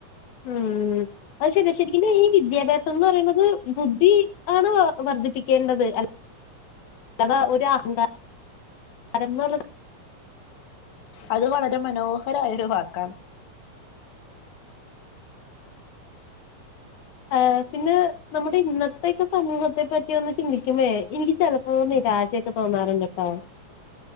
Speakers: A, on the left (about 75°); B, on the left (about 60°).
A: ഉം അത് ശരിയാ ശരിക്കിനും ഈ വിദ്യാഭ്യാസ എന്ന് പറയുന്നത് ബുദ്ധി ആണ് വർദ്ധിപ്പിക്കേണ്ടത് അല്ല അത ഒരു അഹങ്കാ അരന്നൂറ്
B: അത് വളരെ മനോഹരായ ഒരു വാക്കാണ്
A: ആ പിന്നെ നമ്മുടെ ഇന്നത്തെക്കെ സമൂഹത്തെ പറ്റി ഒന്ന് ചിന്തിക്കുമേ എനിക്ക് ചെിലപ്പോ നിരാശയൊക്കെ തോന്നാറുണ്ട് ട്ടോ